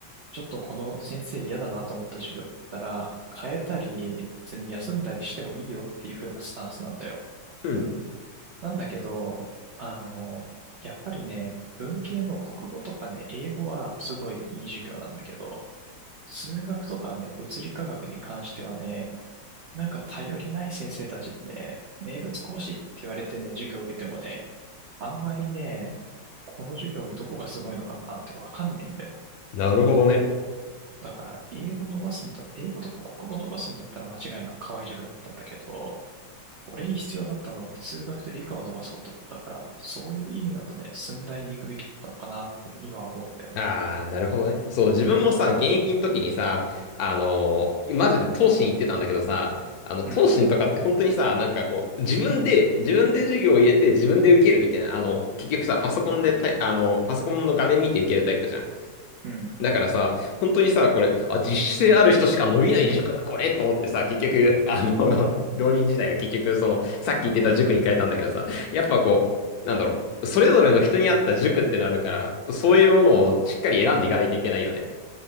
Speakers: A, on the right (about 85°); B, on the left (about 70°).
A: ちょっとこの先生嫌だなと思った授業だったら、変えたり、別に休んだりしてもいいよっていう風なスタンスなんだよ。
B: うん、
A: なんだけど、あの、やっぱりね、文系の国語とかね、英語はすごいいい授業なんだけど、数学とかね、物理科学に関してはね、なんか頼りない先生たちにね、名物講師って言われてね、授業を受けてもね、あんまりね、この授業のどこがすごいのかなってわかんないんだよ。
B: なるほどね。
A: だから、英語伸ばすんだ、英語とか国語伸ばすんだったら間違いなく河合塾だったんだけど、俺に必要だったのって数学と理科を伸ばすことだったから、そういう意味だとね、駿大に行くべきだったのかなって今は思うんだ
B: ああ、なるほどね。そう、自分もさ、現役の時にさ、あのーマジで東進行ってたんだけどさ、あの、
A: よね。
B: 東進とかって本当にさ、なんかこう、自分で、自分で授業を入れて自分で受けるみたいな、あの、結局さ、パソコンでタイ、
A: うん、うん、うん、
B: あの、パソコンの画面見て受けるタイプじゃん。
A: うん。
B: だからさ、本当にさ、これ、あ、自主性ある人しか伸びない塾だ、これと思ってさ、結局、あの、<laughs> 浪人時代は結局、その、さっき言ってた塾に変えたんだけどさ、やっぱこう、なんだろう、それぞれの人に合った塾ってのあるから、そういうものをしっかり選んでいかないといけないよね。